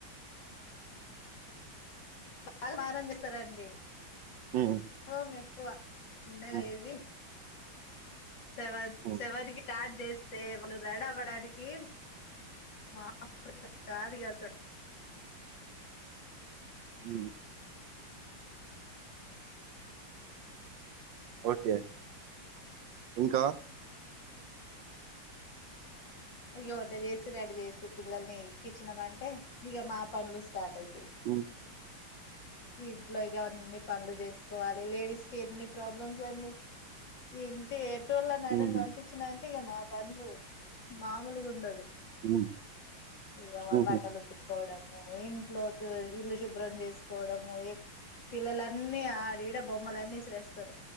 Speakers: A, on the left (about 60°); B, on the right (about 70°).
A: బాగా మారం చేస్తారండి
B: హ్మ్.
A: కోపం ఎక్కువ చిన్నగా
B: హ్మ్.
A: ఏవి శవద్
B: హ్మ్.
A: శవదికి స్టార్ట్ చేస్తే రెడీ అవ్వడానికి మాములుగ కాదిగసలు
B: ఊ ఓకే ఇంకా
A: ఓయో వంట చేసి రడి చేసి పిల్లల్ని ఎక్కించినమంటే ఇక మా పనులు స్టార్ట్ అయి
B: ఉ
A: ఇపుడు ఇంట్లో ఇగ అన్నీ పనులు చేసుకోవాలి లేడీస్ కి ఎన్ని ప్రాబ్లమ్స్ అండి ఇంటి ఏ టోల్లనరిని
B: హ్మ్.
A: పంపించినంక ఇక మా పనులు మాములగుండదు
B: హ్మ్.
A: ఇగ వా
B: హుహు.
A: బట్టలు ఉతుకోవడం మో ఇంట్లో చె ఇల్లు శుభ్రం చేసుకోవడము ఎ పిల్లలన్నీ ఆడిడ బొమ్మలన్నీ ఇసిరెస్తారు